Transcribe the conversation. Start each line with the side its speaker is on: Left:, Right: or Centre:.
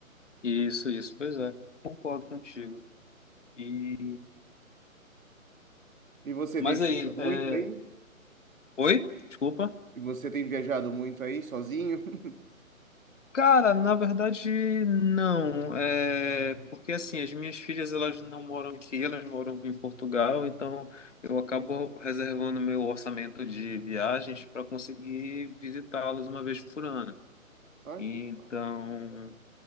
Left: Isso, isso, pois é. Concordo contigo. E
Right: E você
Left: Mas
Right: tem viajado
Left: aí, é...
Right: muito aí?
Left: Oi? Desculpa.
Right: E você tem viajado muito aí sozinho? <laughs>
Left: Cara, na verdade, não. É porque assim, as minhas filhas elas não moram aqui, elas moram em Portugal, então eu acabo reservando meu orçamento de viagens para conseguir visitá-las uma vez por ano.
Right: Ah, que-
Left: Então,
Right: legal.